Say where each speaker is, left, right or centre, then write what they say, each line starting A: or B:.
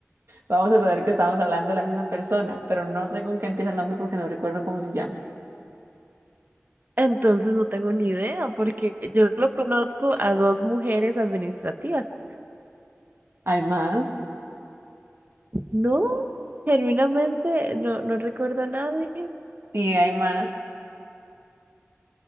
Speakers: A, on the right (about 60°); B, on the right (about 40°).
A: Vamos a saber que estábamos hablando de la misma persona, pero no sé con qué empieza el nombre porque no recuerdo cómo se llama.
B: Entonces no tengo ni idea, porque yo lo conozco a dos mujeres administrativas.
A: ¿Hay más?
B: No, genuinamente no, no recuerdo a nadie.
A: Sí, hay más.